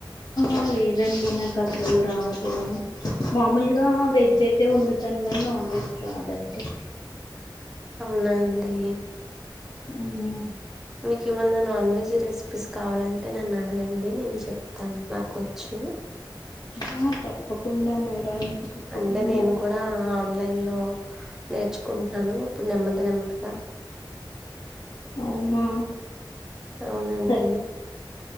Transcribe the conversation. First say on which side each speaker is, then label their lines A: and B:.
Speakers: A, on the left; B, in the centre.
A: ఆ లేదండి నాకు అసలు రాదు మామూలుగా వెజ్ అయితే ఒండు తనుకనీ నాన్ వెజ్ రాదండి
B: అవునా అండి
A: ఆవునా
B: మీకు ఏమన్నా నాన్ వెజ్ రెసిపీస్ కావాలంటే నన్న అడగండి నేను చెప్తాను నాకు వచ్చు
A: ఆ తప్పకుండా మేడం తప్పకుండా
B: అంటే నేను కూడా అన్ లైన్ లో నేర్చుకుంటున్నాను ఇప్పుడు నెమ్మది నెమ్మదిగా
A: అవునా
B: అవునండి
A: సరే